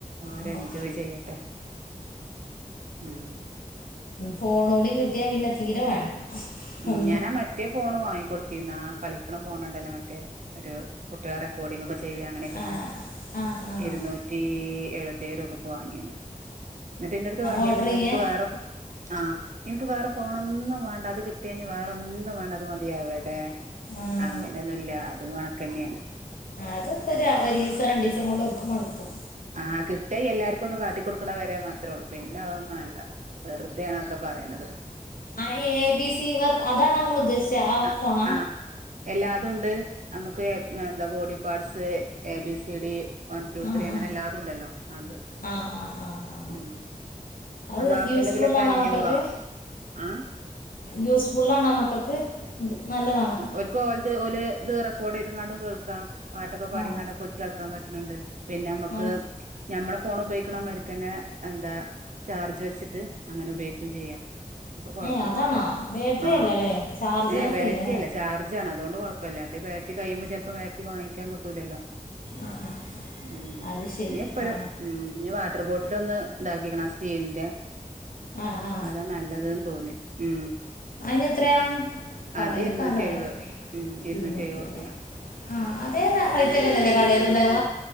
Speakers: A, on the right (about 60°); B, on the left (about 80°).
A: ഓരെൻജോയ്
B: ഉം.
A: ചെയ്യട്ടെ ഉം.
B: ഫോണോടീം കിട്ട്യാ പിന്നെ തീരെ വേണ്ട.
A: ഉ
B: ഒന്നും
A: ഞാനാ മറ്റേ ഫോണ് വാങ്ങിക്കൊട്ത്തീന്ന് ആ കളിക്ക്ണ ഫോണ് ണ്ടല്ലോ മറ്റേ ഒരു. കുട്ട്യാളെ റെക്കോഡിങ്ങൊക്കെ ചെയ്യ അങ്ങനെക്കെള്ള
B: ആ ആ ആ
A: ഇരുന്നൂറ്റി എഴുപത്തേയ് രൂപ. ക്ക് വാങ്ങിന്നു ഇന്നിട്ടെന്റെ അടുത്ത് പർഞ്ഞീര്ന്നു
B: ഓർഡർ
A: ഇഞ്ഞ്ൻക്ക്
B: ചെയ്യേ
A: വേറെ. ആഹ് ഇൻക്ക് വേറെ ഫോണൊന്നും വേണ്ട അത് കിട്ട്. ട്ട്യാഞ്ഞ് വേറെ ഒന്നും വേണ്ട അത് മതി എവിടെ?
B: ആഹ്.
A: അങ്ങനെയൊന്നും ഇല്ല അതും കണ്ക്കെന്നേണ്.
B: അതൊക്കെ ഒരു ഒരിസം രണ്ടിസം കൊണ്ട് ഒതുക്കും മടക്കും
A: ആഹ് കിട്ടേ എല്ലാർക്കും ഒന്ന് കാട്ടിക്കൊടുക്കണ വരെ മാത്രേ ഉള്ളൂ പിന്നെ അതൊന്നും മേണ്ട വെറുതെയാണ് അതൊക്കെ പറയണത്
B: ആഹ് എ ബി സി വർക്ക് അതാണ് നിങ്ങൾ ഉദ്ദേശിച്ച ആ
A: ആഹ്
B: ഫോണാ
A: ആഹ് എല്ലാതുണ്ട് നമുക്ക് ഏഹ് <unintelligible> body parts A B C D one two
B: ആ
A: ത്രീ അങ്ങനെ
B: ആ
A: എല്ലാതും ഉണ്ടല്ലോ അത്
B: ആ ആ ആ ആ
A: ഉം
B: അത്
A: ആക്കന്റെ
B: യൂസ്ഫുള്ളാണോ
A: ഇതിലൊക്കെ അഞ്ഞൂറാ
B: മക്കൾക്ക്
A: ആഹ്
B: യൂസ്ഫുള്ളാണോ മക്കൾക്ക് നല്ലതാണോ
A: ഓല്ക്ക്‌ ഓല് ഓല് ഇത് റെക്കോർഡ് ചെയ്താങണ്ടും കേൾക്കാം പാട്ടൊക്കെ പാടിങ്ങാണ്ടൊക്കെ
B: ആ
A: കുൽക്കി നടക്കാൻ പറ്റുന്നുണ്ട് പിന്നെ ഞമ്മക്ക്
B: ആ
A: ഞമ്മളെ ഫോൺ ഉപയോഗിക്കണ മാരിക്കന്നെ എന്താ ചാർജ് വെച്ചിട്ട് അങ്ങനെ ഉപയോഗിക്കൂം ചെയ്യാം. ഇപ്പൊ കൊഴപ്പൊന്നുല്ല
B: ഏഹ് അതാണോ ബാറ്ററി
A: ആഹ്
B: അല്ലാല്ലേ ചാർജെയ്യണ
A: ഏഹ് ബാറ്ററി
B: സീനാ.
A: അല്ല ചാർജാണ് അതുകൊണ്ട് കൊഴപ്പല്ല. മറ്റേ ബാറ്ററി കഴിയുമ്പോ ചെലപ്പോ ബാറ്ററി വാങ്ങിക്കാൻ കിട്ടൂലല്ലോ.
B: ആ ആ
A: ഉം
B: അത് ശരി
A: ഇനി എപ്പരോ
B: ആ
A: ഉം ഇനി വാട്ടർ ബോട്ടിലൊന്ന് ഇതാക്കിക്കണ ആ സ്റ്റീലിന്റെ
B: ആ ആ
A: അതാ നല്ലതന്ന് തോന്നി. ഉം
B: അയിനെത്രയാ? കടയിലൊക്ക
A: അത് ഇരുന്നൂറ്റി
B: നല്ലവെല
A: എഴുപത് ഉം
B: ഇരുന്നൂറ്റി
A: എഴുപത്
B: എങ്ങാണ്ട്
A: റുപ്യ
B: ആഹ് അതേ റേറ്റൊക്കെ തന്നെയല്ലേ കടേലുണ്ടാവ?